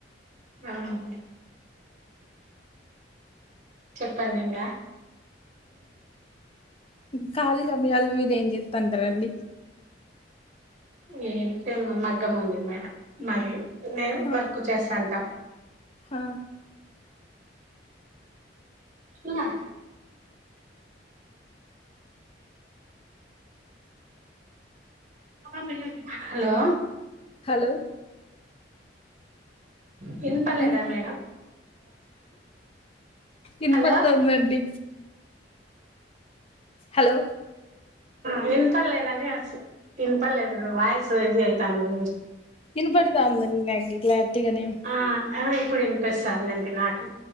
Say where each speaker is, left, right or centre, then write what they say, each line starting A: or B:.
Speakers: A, on the right (about 45°); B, on the left (about 30°).
A: ఆవును చెప్పండి ఇంకా
B: ఇకా ఖాళీ సమయాలు మీద ఏం చేస్తా అంటారండి
A: ఏం సేమ్ మగ్గం ఉంది మేడం మరి మే
B: ఆ!
A: వర్క్ చేస్తా అంటాం
B: ఆ
A: నా హలో
B: హలో
A: వినిపర్లేదా
B: హ్మ్.
A: మేడం
B: ఇనపడుతోందండి.
A: హలో
B: హలో
A: వినపర్లేదని అ వినపర్లేదుం వాయిసు ఇది అవుతుంది
B: ఇని పడుదా అందనిగ కల పటిగానే
A: ఆ ఆ ఇప్పుడు వినిపిస్తా అంది. పె నాట